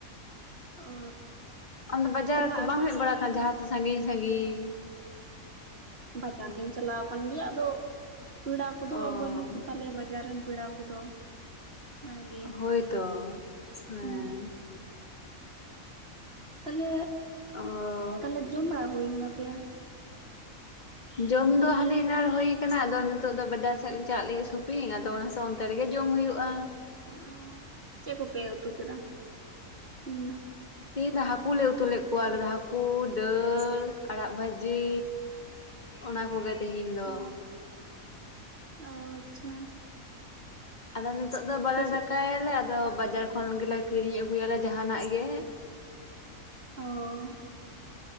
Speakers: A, on the right; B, on the left.
A: ᱚ
B: ᱟᱢᱫᱚ ᱵᱟᱡᱟᱨ
A: ᱛᱟᱦᱚᱞᱮ
B: ᱠᱚ
A: ᱟᱛᱳ
B: ᱵᱟᱢ ᱦᱮᱡ ᱵᱟᱲᱟ ᱠᱟᱱᱟ ᱡᱟᱦᱟᱸ ᱛᱮ ᱥᱟᱺᱜᱤᱧ ᱥᱟᱺᱜᱤᱧ
A: ᱵᱟᱡᱟᱨ ᱫᱚᱧ ᱪᱟᱞᱟᱣ ᱟᱠᱟᱱ ᱜᱮᱭᱟ ᱟᱫᱚ ᱯᱮᱲᱟ ᱠᱚᱫᱚ
B: ᱚ
A: ᱵᱟᱹᱱᱩᱜ ᱠᱚᱛᱟᱞᱮᱭᱟ ᱵᱟᱡᱟᱨ ᱨᱮᱱ ᱯᱮᱲᱟ ᱠᱚᱫᱚ ᱚᱱᱟᱜᱮ
B: ᱦᱳᱭᱛᱚ ᱦᱮᱸ
A: ᱦᱩᱸ ᱛᱟᱞᱮ
B: ᱚᱻ
A: ᱛᱟᱦᱚᱞᱮ ᱡᱚᱢ ᱵᱟᱲᱟ ᱦᱩᱭ ᱟᱯᱮᱭᱟ
B: ᱡᱚᱢ ᱫᱚ ᱦᱟᱱᱮ ᱮᱱᱟᱱᱹ ᱨᱮ ᱦᱩᱭ ᱟᱠᱟᱱᱟ ᱟᱫᱚ ᱱᱤᱛᱚᱜ ᱫᱚ ᱵᱟᱡᱟᱨ ᱥᱮᱫ ᱞᱮ ᱪᱟᱞᱟᱜ ᱞᱟᱹᱜᱤᱫ ᱥᱚᱯᱤᱝ ᱟᱫᱚ ᱚᱱᱟ ᱛᱚ ᱚᱱᱛᱮ ᱨᱮᱜᱮ ᱡᱚᱢ ᱦᱩᱭᱩᱜᱼᱟ
A: <unintelligible> ᱪᱮᱫ ᱠᱚᱯᱮ ᱩᱛᱩ ᱠᱮᱫᱟ ᱛᱤᱦᱤᱧ ᱫᱚ
B: ᱛᱮᱦᱤᱧ ᱫᱚ ᱦᱟᱹᱠᱩ ᱞᱮ ᱩᱛᱩ ᱞᱮᱫ ᱠᱚᱣᱟ ᱟᱞᱮ ᱫᱚ ᱦᱟᱹᱠᱩ ᱫᱟᱹᱞ ᱟᱲᱟᱜ ᱵᱷᱟᱹᱡᱤ ᱚᱱᱟ ᱠᱚᱜᱮ ᱛᱮᱦᱮᱧ ᱫᱚ
A: ᱚ ᱚ ᱟᱪᱷᱟ
B: ᱟᱫᱚ ᱱᱤᱛᱚᱜ ᱫᱚ ᱵᱟᱞᱮ
A: ᱥᱮᱫ
B: ᱫᱟᱠᱟᱭᱟᱞᱮ ᱟᱫᱚ ᱵᱟᱡᱟᱨ ᱠᱷᱚᱱ ᱜᱮᱞᱮ ᱠᱤᱨᱤᱧ ᱟᱹᱜᱩᱭᱟᱞᱮ ᱡᱟᱦᱟᱱᱟᱜ ᱜᱮ
A: ᱚᱻ